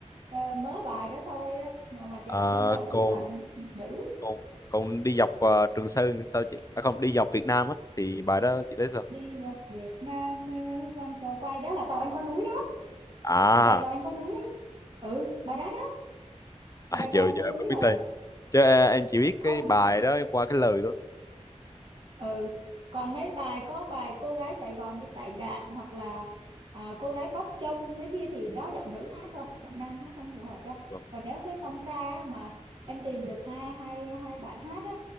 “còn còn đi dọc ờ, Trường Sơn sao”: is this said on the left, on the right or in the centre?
Left